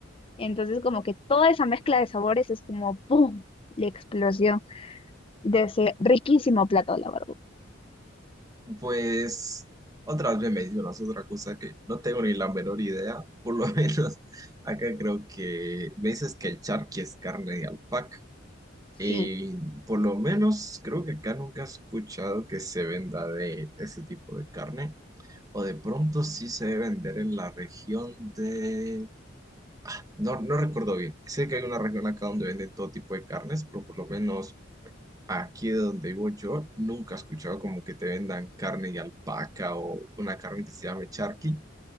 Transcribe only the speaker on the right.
Pues otra vez me mencionas otra cosa que no tengo ni la menor idea, por lo <laughs> menos acá creo que me dices que el charqui es carne de alpaca y
por lo menos creo que acá nunca he escuchado que se venda de ese tipo de carne. O de pronto sí se debe vender en la región de No, no recuerdo bien. Sé que hay una región acá donde venden todo tipo de carnes, pero por lo menos aquí de donde vivo yo nunca he escuchado como que te vendan carne de alpaca o una carne que se llame charqui